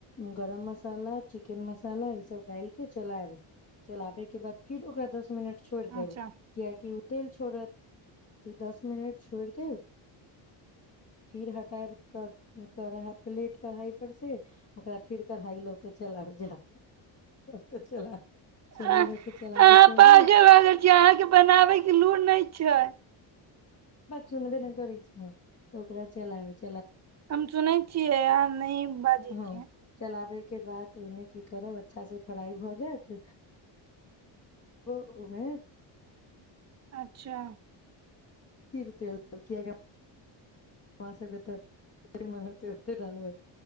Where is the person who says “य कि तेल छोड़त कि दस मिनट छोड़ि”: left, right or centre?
Left